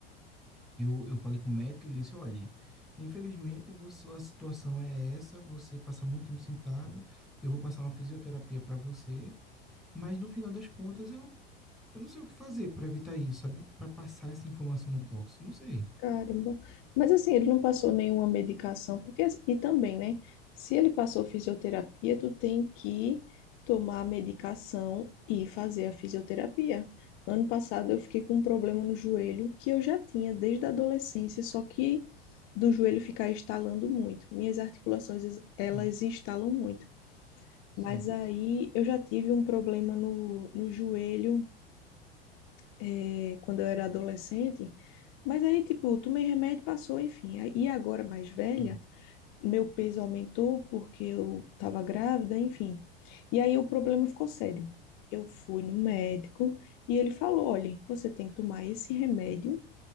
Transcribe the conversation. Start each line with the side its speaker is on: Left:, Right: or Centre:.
Centre: eu, eu falei com o médico, ele disse, olha, infelizmente você, a situação é essa, você passa muito tempo sentado, eu vou passar uma fisioterapia para você, mas no final das contas eu Eu não sei o que fazer para evitar isso, sabe? Para passar essa informação no Cox. Não sei.
Left: Caramba. Mas assim, ele não passou nenhuma medicação, porque e também, né? Se ele passou fisioterapia, tu tem que tomar a medicação e fazer a fisioterapia. Ano passado eu fiquei com um problema no joelho que eu já tinha desde a adolescência, só que do joelho ficar estalando muito. Minhas articulações, elas
Centre: Hum,
Left: estalam muito.
Centre: sim.
Left: Mas aí eu já tive um problema no, no joelho, eh, quando eu era adolescente. Mas aí, tipo, tomei remédio, passou, enfim. Aí- E agora, mais velha,
Centre: Hum,
Left: meu peso aumentou porque eu tava grávida, enfim. E aí o problema ficou sério. Eu fui no médico e ele falou: olha, você tem que tomar esse remédio